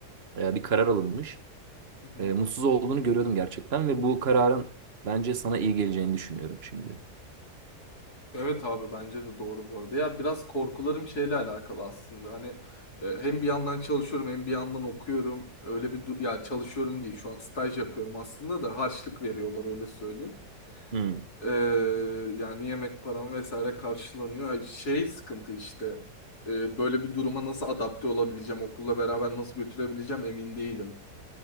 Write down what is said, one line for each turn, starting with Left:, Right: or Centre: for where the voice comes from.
Right: e, bir karar alınmış.
Left: hı hı.
Right: e, mutsuz olduğunu görüyordum gerçekten ve bu kararın bence sana iyi geleceğini düşünüyorum şimdi.
Left: Evet abi bence de doğru bu arada. Ya biraz korkularım şeyle alakalı aslında. Hani e, hem bir yandan çalışıyorum hem bir yandan okuyorum. Öyle bir du- ya çalışıyorum değil şu an staj yapıyorum aslında da harçlık veriyorlar öyle söyleyeyim.
Right: Hmm.
Left: Ee, yani yemek param vesaire karşılanıyor. Yani Şey sıkıntı işte. Ee, böyle bir duruma nasıl adapte olabileceğim, okulla beraber nasıl götürebileceğim emin değilim.